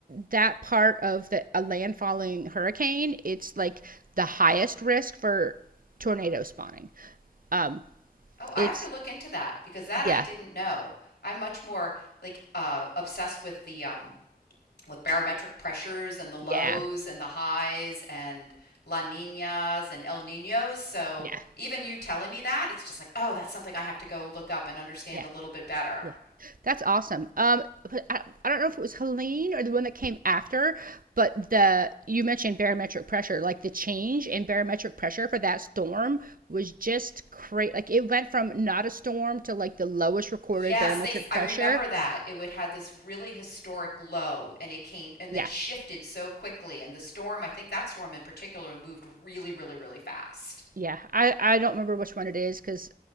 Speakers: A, on the right (about 55°); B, on the left (about 90°).
A: that part of the a landfalling hurricane, it's like the highest risk for tornado spawning. Um,
B: Oh, I
A: it's
B: have to look into that because that
A: yeah,
B: I didn't know. I'm much more like uh obsessed with the um with barometric pressures and the lows
A: yeah,
B: and the highs and La Ninas and El Ninos. So
A: yeah,
B: even you telling me that, it's just like, oh, that's something I have to go look up and understand
A: yeah.
B: a little bit better.
A: Yeah, that's awesome. Um, but I, I don't know if it was Helene or the one that came after, but the you mentioned barometric pressure, like the change in barometric pressure for that storm was just crazy. Like it went from not a storm to like the lowest recorded
B: Yes,
A: barometric
B: they,
A: pressure.
B: I remember that. It would had this really historic low and it came and
A: Yeah,
B: it shifted so quickly and the storm, I think that storm in particular moved really really really fast.
A: yeah. I I don't remember which one it is because